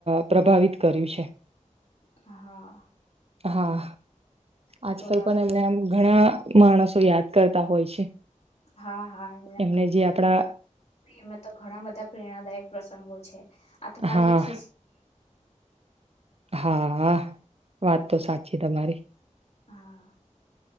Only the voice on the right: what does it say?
પ્રભાવિત કર્યું છે.
હા આજકાલ
પણ એમને
આમ ઘણા માણસો યાદ કરતા હોય છે,
એમને જે આપડા
હા
હા હા વાત તો સાચી તમારી,